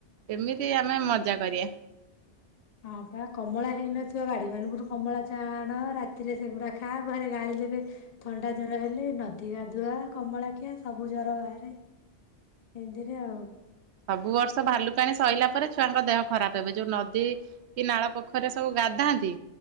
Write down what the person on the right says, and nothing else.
କେମିତି ଆମେ ମଜା କରିବା।
ସବୁ ବର୍ଷ ଭାଲୁକାଣି ସରିଲା ପରେ ଛୁଆଙ୍କ ଦେହ ଖରାପ ହେବ ଯୋଉ ନଦୀ ଦି ନାଳ ପୋଖରିରେ ସବୁ ଗାଧାନ୍ତି।